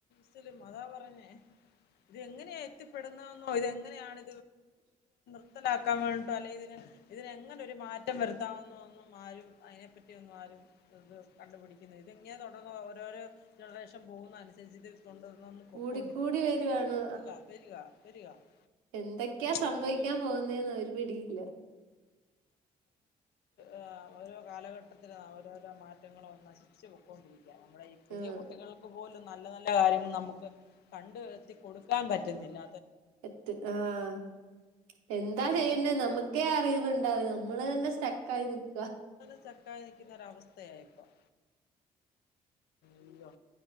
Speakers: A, on the left; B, on the right.
A: സിലും അതാ പറഞ്ഞേ ഇത് എങ്ങനെയാ എത്തി പ്പെടുന്ന എന്നോ ഇതെങ്ങനെയാണ് സ്സ്ലാക്കാൻ വേണ്ട്ട്ടോ അല്ലെങ്കിൽ ഇതിന് ഇതിനെങ്ങനെ ഒരു മാറ്റം വര് ഈ കാണുന്നതൊന്നും ആരും അയിനെപ്പറ്റി ഒന്നും ആരും ഇത് കണ്ടുപിടിക്കുന്ന ഇതങ്ങനാ തുടർന്ന് ഓരോരോ ജനറേഷൻ പോകുന്നതനുസരിചിട്ട് <inaudible>
B: കൂടിക്കൂടി
A: പ്പൊക്കോണ്ടിരിക്കാ
B: വരുവാണ്
A: വരിക വരിക <unintelligible>
B: എന്തൊക്കെയാ സംഭവിക്കാൻ
A: അയ്യോ
B: പോവ് ന്നെന്ന് ഒര് പിടിയില്ല
A: ആഹ് ഓരോ കാലഘട്ടത്തി ഓരോരോ മാറ്റങ്ങളും നശിച്ച് പൊക്കൊണ്ടിരിക് നമ്മുടെ ഈ പുതിയ
B: ആഹ്
A: കുട്ടികൾക്ക് പോലും നല്ല നല്ല കാര്യങ്ങൾ നമുക്ക് കണ്ട് എത്തി കൊടുക്കാൻ പറ്റുന്നില്ല
B: എത്ത് ആഹ് എന്താ ചെയ്യണ്ടെ നമക് ഒക്കെ അറീവ്ണ്ടാകണം മ്മള് തന്നെ സ്റ്റെക്ക ആയി നിക്ക്‌വാ
A: സ്റ്റെക്കായി നൽക്കുന്ന ഒരവസ്ഥയാ ഇപ്പം അയ്യോ